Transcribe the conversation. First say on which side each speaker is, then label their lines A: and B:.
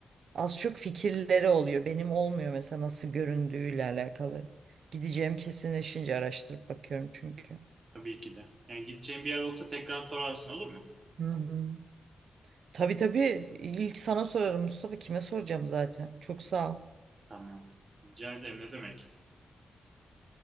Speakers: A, on the right; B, on the right.
A: Az çok fikirleri oluyor. Benim olmuyor mesela nasıl göründüğüyle alakalı. Gideceğim kesinleşince araştırıp bakıyorum çünkü.
B: Tabii ki de. Yani gideceğin bir yer olsa tekrar sorarsın olur mu?
A: Hı hı. Tabii tabii ilk sana sorarım Mustafa kime soracağım zaten. Çok sağ ol.
B: Tamam. Rica ederim ne demek.